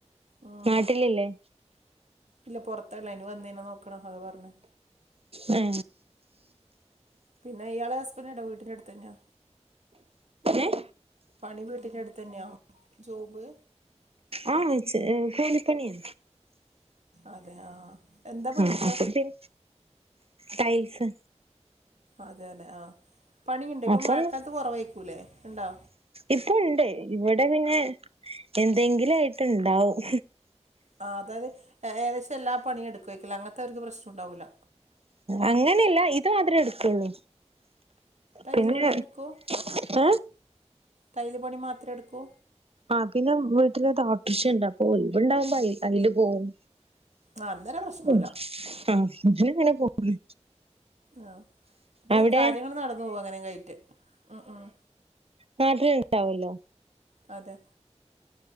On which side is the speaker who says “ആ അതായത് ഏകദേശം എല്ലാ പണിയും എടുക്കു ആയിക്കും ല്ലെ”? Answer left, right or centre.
Right